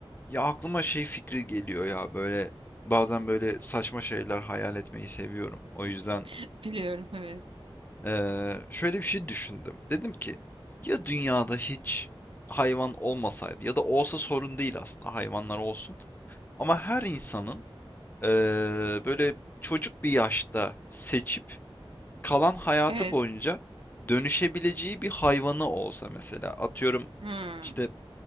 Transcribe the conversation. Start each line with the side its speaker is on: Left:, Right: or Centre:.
Left: Ya aklıma şey fikri geliyor ya böyle bazen böyle saçma şeyler hayal etmeyi seviyorum. O yüzden
Right: <laughs> Biliyorum evet.
Left: eee, şöyle bir şey düşündüm. Dedim ki ya dünyada hiç hayvan olmasaydı ya da olsa sorun değil aslında hayvanlar olsun. Ama her insanın eee, böyle çocuk bir yaşta seçip kalan hayatı
Right: Evet.
Left: boyunca dönüşebileceği bir hayvanı olsa mesela. Atıyorum
Right: Hmm,
Left: işte